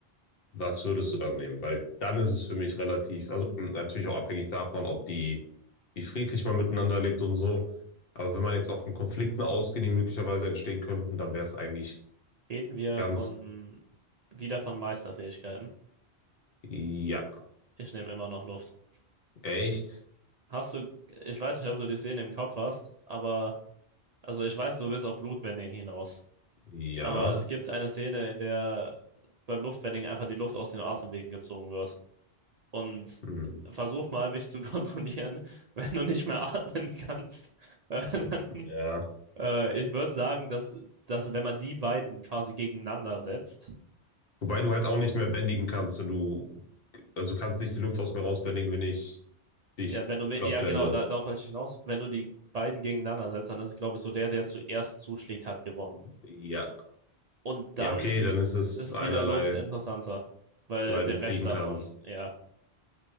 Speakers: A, on the left; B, on the right.
A: was würdest du dann nehmen? Weil dann ist es für mich relativ, also mh, natürlich auch abhängig davon, ob die, wie friedlich man miteinander lebt und so. Aber wenn man jetzt auch von Konflikten ausgeht, die möglicherweise entstehen könnten, dann wäre es eigentlich
B: Reden wir
A: ganz,
B: von wieder von Meisterfähigkeiten.
A: ja,
B: Ich nehme immer noch Luft.
A: echt,
B: Hast du, ich weiß nicht, ob du die Szene im Kopf hast, aber, also ich weiß, du willst auf Blutbending hinaus.
A: ja,
B: Aber es gibt eine Szene, in der beim Luftbending einfach die Luft aus den Atemwegen gezogen wird. Und
A: hm,
B: versuch mal, mich zu <laughs> kontrollieren, wenn du nicht mehr atmen kannst. <laughs> Äh, dann,
A: ja.
B: äh, ich würde sagen, dass, dass wenn man die beiden quasi gegeneinander setzt,
A: Wobei du halt auch nicht mehr bändigen kannst und du, also du kannst nicht die Luft aus mir rausbändigen, wenn ich dich
B: Ja, wenn du mit,
A: platt
B: ja
A: bände.
B: genau, da, darauf wollte ich hinaus. Wenn du die beiden gegeneinander setzt, dann ist, es, glaube ich, so der, der zuerst zuschlägt, hat gewonnen.
A: Ja.
B: Und dann
A: Ja, okay, dann ist es
B: ist
A: einerlei,
B: wieder Luft interessanter, weil
A: weil
B: der
A: du fliegen
B: Rest davon,
A: kannst.
B: ja.